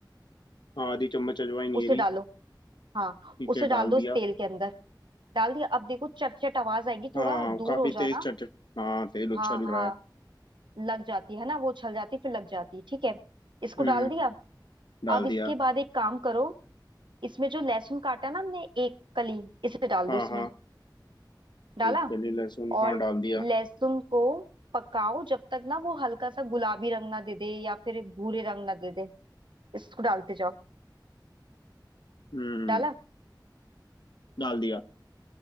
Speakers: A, on the left; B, on the right.
A: हाँ आधी चम्मच अजवाइन ये
B: उसे
A: रही
B: डालो हाँ
A: ठीक
B: उसे
A: है
B: डाल
A: डाल
B: दो
A: दिया
B: इस तेल के अंदर डाल दिया अब देखो चट चट आवाज आएगी
A: हाँ
B: थोड़ा दूर
A: काफी
B: हो
A: तेज
B: जाना
A: चट हाँ तेल उछल
B: हाँ हाँ
A: रहा है
B: लग जाती है ना वो छल जाती फिर लग जाती है। ठीक है इसको
A: हम्म
B: डाल दिया
A: डाल
B: अब इसके
A: दिया
B: बाद एक काम करो इसमें जो लहसुन काटा ना हमने एक कली इसे डाल
A: हाँ
B: दो इसमें
A: हाँ
B: डाला
A: एक कली लहसुन
B: और
A: हाँ डाल दिया
B: लहसुन को पकाओ जब तक ना वो हल्का सा गुलाबी रंग ना दे दे या फिर भूरे रंग ना दे दे इसको डालते जाओ
A: हम्म
B: डाला
A: डाल दिया